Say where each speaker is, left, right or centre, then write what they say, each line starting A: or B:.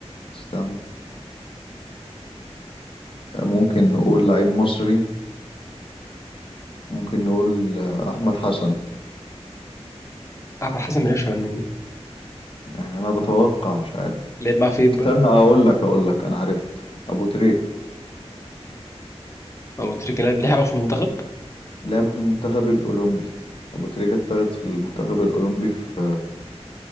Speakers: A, on the left (about 50°); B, on the left (about 25°).
A: استنى ممكن نقول لعيب مصري ممكن نقول آه، احمد حسن
B: احمد حسن ما لعبش مع النني
A: يعني انا بتوقع مش عارف
B: لعب مع فين
A: استنى
B: بقى؟
A: اقول لك اقول لك انا عرفت ابو تريكة
B: هو تريكة لعب ليه حقه في المنتخب؟
A: لعبه في المنتخب الاولمبي ابو تريكة اتاخد في المنتخب الاولمبي في